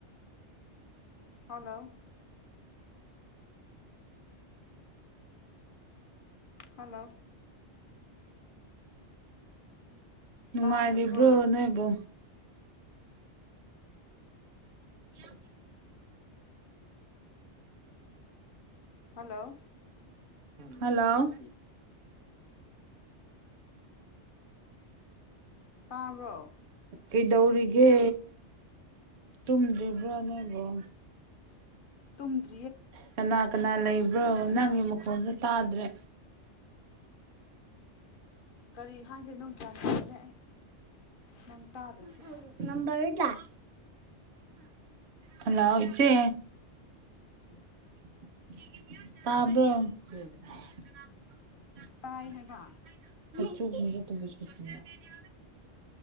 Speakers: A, on the left; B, on the right.
A: ꯍꯜꯂꯣ ꯍꯜꯂꯣ
B: ꯅꯨꯡꯉꯥꯏꯔꯤꯕ꯭ꯔꯣ
A: ꯇꯥꯗꯕ꯭ꯔꯣ
B: ꯅꯣꯏꯕꯨ <inaudible>
A: ꯍꯜꯂꯣ
B: ꯍꯜꯂꯣ
A: ꯇꯥꯔꯕ꯭ꯔꯣ
B: ꯀꯩꯗꯧꯔꯤꯒꯦ ꯇꯨꯝ ꯗꯕ꯭ꯔ ꯔꯤꯕꯣ
A: ꯇꯨꯡꯒꯤ
B: ꯀꯅꯥ ꯀꯅꯥ ꯂꯩꯕ꯭ꯔꯣ
A: ꯂꯩꯅꯔꯤꯅꯤ
B: ꯅꯪꯒꯤ ꯃꯈꯣꯟꯜꯁꯨ ꯇꯥꯗ꯭ꯔꯦ
A: ꯀꯔꯤ ꯍꯥꯏꯗꯣꯏ ꯅꯅꯨꯡ ꯀ꯭ꯌꯥꯟ ꯇꯥꯗꯦ ꯑꯩ ꯅꯪ ꯇꯥꯗ꯭ꯔꯗꯤ
B: ꯖ ꯅꯝꯕꯔ ꯍꯂꯑꯣꯁꯦ
A: ꯒꯤ
B: ꯇꯕ ꯑ ꯆꯁ
A: ꯇꯥꯏ ꯍꯥꯏꯕ
B: ꯇꯁ